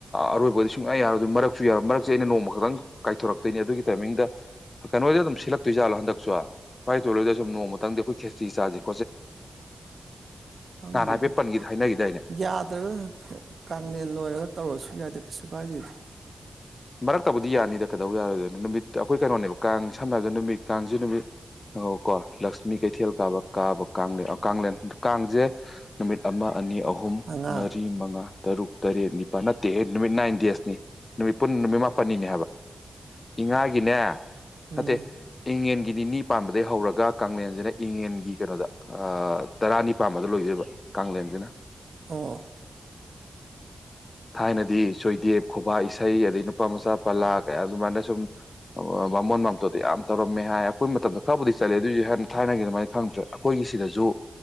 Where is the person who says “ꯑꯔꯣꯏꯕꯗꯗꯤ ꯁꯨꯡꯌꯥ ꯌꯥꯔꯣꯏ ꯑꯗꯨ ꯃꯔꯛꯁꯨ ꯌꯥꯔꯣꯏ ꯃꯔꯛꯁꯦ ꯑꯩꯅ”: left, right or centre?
Left